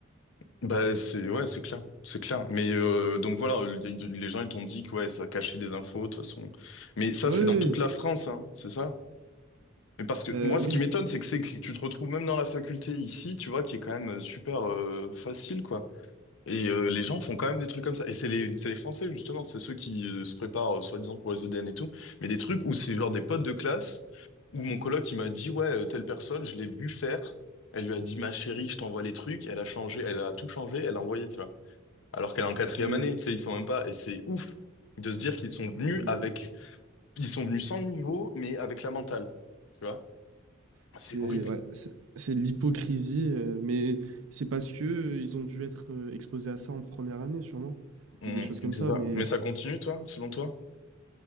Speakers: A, on the left (about 70°); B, on the right (about 85°).
A: Bah, c'est ouais, c'est clair, c'est clair. Mais euh, donc voilà, euh, les les gens ils t'ont dit que ouais, ça cachait des infos de toute façon. Mais ça
B: Oui, oui,
A: c'est dans toute
B: oui.
A: la France, hein, c'est ça? Mais parce que
B: Euh,
A: moi,
B: oui.
A: ce qui m'étonne, c'est que c'est que tu te retrouves même dans la faculté ici, tu vois, qui est quand même euh, super euh, facile, quoi. Et euh, les gens font quand même des trucs comme ça. Et c'est les, c'est les Français, justement, c'est ceux qui euh, se préparent, euh, soi-disant, pour les EDN et tout. Mais des trucs où c'est genre des potes de classe, où mon coloc, il m'a dit, ouais, euh, telle personne, je l'ai vu faire. Elle lui a dit, ma chérie, je t'envoie les trucs. Elle a changé, elle a tout changé, elle a envoyé, tu vois. Alors qu'elle est en quatrième
B: hmm.
A: année, tu sais, ils sont même pas. Et c'est ouf de se dire qu'ils sont venus
B: Ouais, c'est,
A: avec, ils sont venus sans le niveau, mais avec la mentale, tu vois.
B: c'est,
A: C'est horrible.
B: ouais, c'est, c'est de l'hypocrisie, euh, mais c'est parce que euh, ils ont dû être euh, exposés à ça en première année, sûrement,
A: Mm,
B: ou des choses comme
A: c'est
B: ça.
A: ça.
B: Mais
A: Mais ça continue, toi, selon toi?